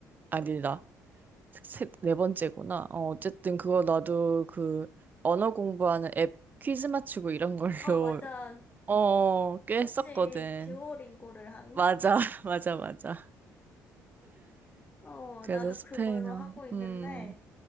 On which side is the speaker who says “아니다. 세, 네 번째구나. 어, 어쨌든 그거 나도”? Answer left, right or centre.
Right